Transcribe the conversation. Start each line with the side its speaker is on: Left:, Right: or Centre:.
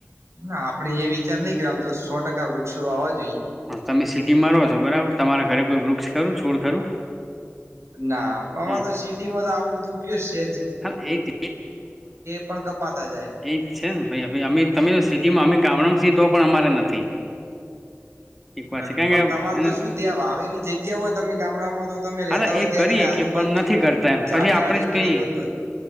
Right: ના આપડે એ વિચાર નહી કર આમ તો સો ટકા વૃક્ષો આવવાજ
Centre: હા તમે સિટીમાં રહો છો બરાબર તમારા ઘરે કોઈ વૃક્ષ ખરું છોડ ખરું.
Right: ના પણ આમાં
Centre: હા
Right: તો સિટીમાં તો આવું બધું કય છે.
Centre: હા એજ હ
Right: પણ કપાતા જાય
Centre: એજ છે ને અ તમે સિટીમાં અમે ગામડમ સિ તો પણ અમારે નથી. એક
Right: હમ્મ
Centre: વાત છે કારણ
Right: પણ
Centre: કે
Right: તમાર
Centre: એને
Right: તો શું ત્યાં આવે એવી જગ્યા હોય તમે ગામડામાં તો તમે રેતા
Centre: હા
Right: હોય
Centre: એ
Right: ત્યાં
Centre: કરીએ
Right: તમે આજુબાજુ
Centre: કે પણ નથી કરતા એમ
Right: જાડ
Centre: પછી આપણે
Right: જાડી
Centre: જ
Right: કરી
Centre: કહીએ
Right: દો તો.